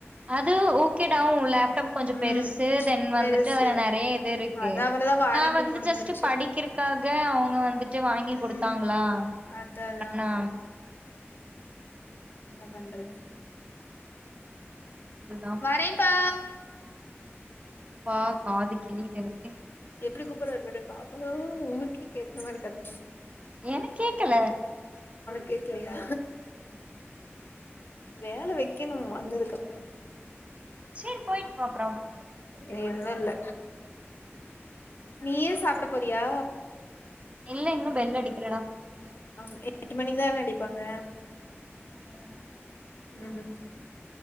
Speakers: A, on the right (about 30°); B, on the left (about 55°).
A: அது ஓகேடா உன் லேப்டாப்பு கொஞ்சோ
B: ம்
A: பெருசு தென்
B: பெருசு
A: வந்துட்டு அ நறே இது இருக்கு
B: அதா அவ்ளதா வாரண்டி
A: நா வந்து
B: முடிஞ்சிருச்சு
A: ஜஸ்ட்டு படிக்கிறுகாக அவுங்க வந்துட்டு வாங்கி
B: ம்
A: குடுத்தாங்குளா
B: அதா
A: ஒரு
B: அதா
A: அண்ணா
B: என்ன பண்றது
A: அதுதா
B: வரேன்ப்பா
A: பாக் காது கிழிது எனக்கு
B: புடி கூப்புறாரு பரேங்கா அப்புதா ஊருக்கே கேக்குற மாரி கத்து
A: எனக் கேக்கல
B: கேக்லையா வேல வைக்கணு வந்ததுக்கப்றோ
A: சேரி போய்ட்டு வா அப்றம்
B: இன்னு இல்ல நீயே சாப்புட போறியா
A: இல்ல இன்னு பெல் அடிக்கிலடா
B: ஆமா எட்டு மணிக்குதான் அடிப்பாங்க
A: ஆஹ்
B: உம்